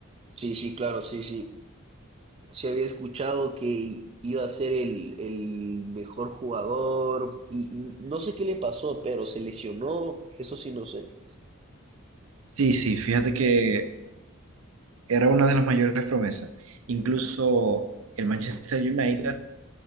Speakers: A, on the right (about 25°); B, on the right (about 75°).
A: Sí, sí, claro, sí, sí. Se había escuchado que i- iba a ser el, el mejor jugador y n- no sé qué le pasó, pero se lesionó, eso sí no sé.
B: Sí, sí, fíjate que era una de las mayores promesas. Incluso el Manchester United